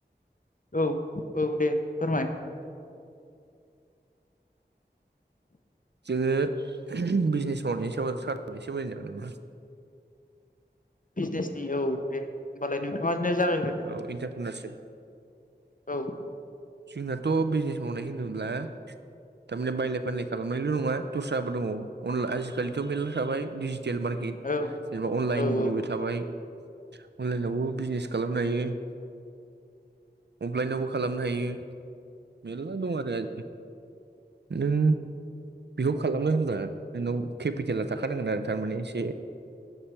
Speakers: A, on the left (about 45°); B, on the right (about 70°).
A: औ औ दे फोरमाय?
B: जोङो बिजनेस मावनायनि सायाव सावरायबा एसे मोजां जागोन नामा?
A: बिजनेसनि औ दे होनबालाय नोंथाङानो जागायग्रो
B: औ इन्टारप्रिनारशिप
A: औ
B: जोंनाथ' बिजनेस मावनाय होनोब्ला थारमाने बायलाय फानलाय खालामनायल' नङा दस्राबो दङ अनला आजिखालिथ' मेल्ला थाबाय दिडिजिटेल मारक केट
A: औ
B: जेनेबा अनलाइननिबो
A: औ औ
B: थाबाय अनलाइनायावबो बिजिनेस खालामनो हायो। अफलाइनावबो खालामनो हायो मेरला दं आरो आजिख नों बेखौ खालामनो होनोब्ला नोंनाव केपिटेला थाखानांगोन आरो थारमाने एसे